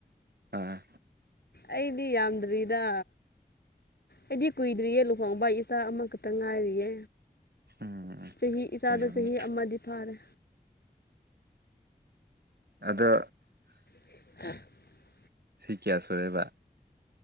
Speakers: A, on the right; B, on the left.
A: ꯑꯥ
B: ꯑꯩꯗꯤ ꯌꯥꯝꯗ꯭ꯔꯤꯗ ꯑꯩꯗꯤ ꯀꯨꯏꯗ꯭ꯔꯤꯌꯦ ꯂꯨꯍꯣꯡꯕ ꯏꯆꯥ ꯑꯃꯈꯛꯇ ꯉꯥꯏꯔꯤꯌꯦ
A: ꯎꯝ
B: ꯆꯍꯤ ꯏꯆꯥꯗꯣ
A: ꯑꯣꯏꯔꯝꯅꯤ
B: ꯆꯍꯤ ꯑꯃꯗꯤ ꯐꯥꯔꯦ
A: ꯑꯗꯣ
B: <unintelligible>
A: ꯁꯤ ꯀꯌꯥ ꯁꯨꯔꯦꯕ